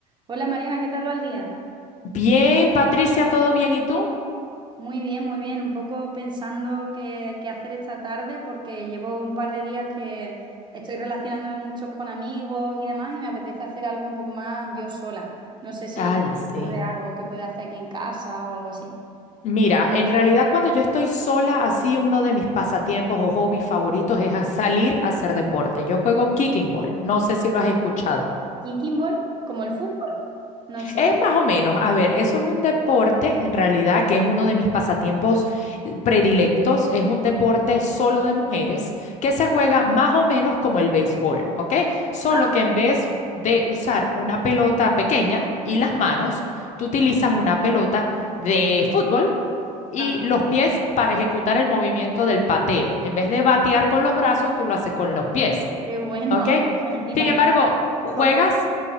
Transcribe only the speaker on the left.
Bien, Patricia, ¿todo bien? ¿Y tú?
Ay, sí.
Mira, en realidad cuando yo estoy sola, así uno de mis pasatiempos o hobbies favoritos es a- salir a hacer deporte. Yo juego kicking ball, no sé si lo has escuchado.
Es más o menos, a ver, eso es un deporte en realidad que es uno de mis pasatiempos eh, predilectos, es un deporte solo de mujeres que se juega más o menos como el béisbol, ¿ok? Solo
que en vez de usar una pelota pequeña y las manos, tú utilizas una pelota de fútbol y
los pies para ejecutar el movimiento del pateo. En vez de batear con los brazos, tú lo haces con los pies,
¿ok?
Sin
embargo, juegas,